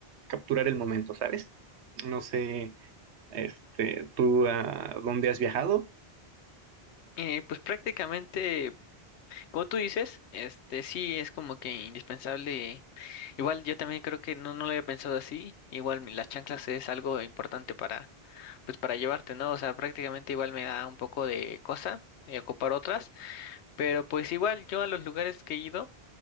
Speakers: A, on the right; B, on the left.
A: capturar el momento, ¿sabes? No sé este, ¿tú a dónde has viajado?
B: Eh, pues prácticamente. Como tú dices, este sí es como que indispensable. Igual yo también creo que no, no lo había pensado así. Igual mi- las chanclas es algo importante para, pues para llevarte, ¿no? O sea, prácticamente igual me da un poco de cosa de ocupar otras. Pero pues igual yo a los lugares que he ido,